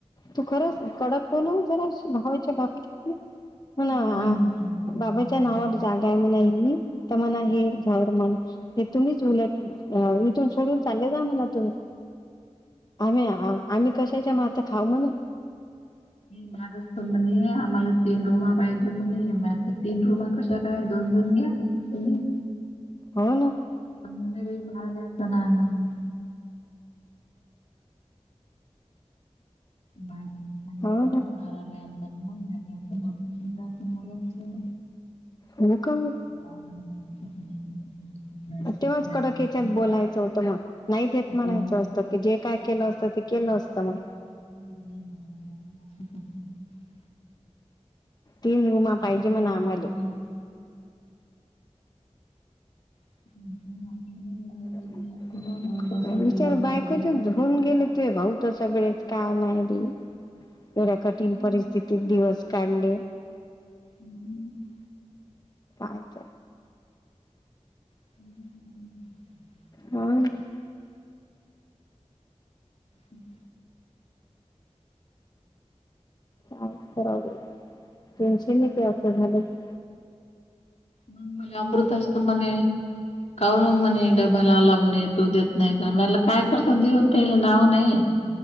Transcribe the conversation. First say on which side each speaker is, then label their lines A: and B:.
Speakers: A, on the left; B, on the left.
A: तू खरंच कडक होण, व जरा भावाच्या बाबतीत. हो ना,
B: सांगितलं
A: बाबाच्या नावावर जाग. काय म्हणायली तर म्हणा झाड मन हे तुम्हीच उलट इथून, सोडून चालले जा म्हणा तुम्ही. आम्ही आम्ही कशाच्या मात्या खाऊ म्हणे?
B: मागच म्हेणे आम्हाला तीन रुमा पाहिजे, म्हणे <unintelligible> तीन रूमा कशा काय दोन दोन घ्या तुम्ही.
A: हाव ना.
B: <unintelligible> भई माराल्याता <unintelligible> बायकोने सांगितलं
A: हो ना.
B: मारायला आलता म्हणून आणि नेमकं ऑपरेशन झालतं मुलाचं
A: हो का ओ.
B: <inaudible> नाही गेलं,
A: तेव्हाच
B: काय
A: कडक
B: कसं
A: हेच्यात
B: झालं.
A: बोलायचं होतं, मग नाही देत
B: असं
A: म्हणायचं असत. की जे काय केलं असतं, ते केलं असतं मग.
B: <unintelligible>
A: तीन रूमा
B: आपण
A: पाहिजे
B: काय
A: म्हणा
B: एवढं
A: आम्हाले.
B: बारीक <unintelligible>
A: <unintelligible>
B: म्हणून त्यासाठी
A: विचारे
B: लग्न
A: बायकोच्या
B: झालं सगळं
A: होऊन गेले, ते भाऊत सगळेच काय माय बी. एवढ्या कठीण
B: झालं.
A: परिस्थिती ती दिवस काढले,
B: हम्म.
A: काय तर.
B: <unintelligible>
A: हो न.
B: हम्म.
A: काय करावं बाई? टेन्शन येतं असं झालं की.
B: मग मला अमृत असत म्हणे. काम म्हणे डब्याला आला म्हणे तू देत नाही का मला काय करतो देऊन त्या नाव नाही <unintelligible>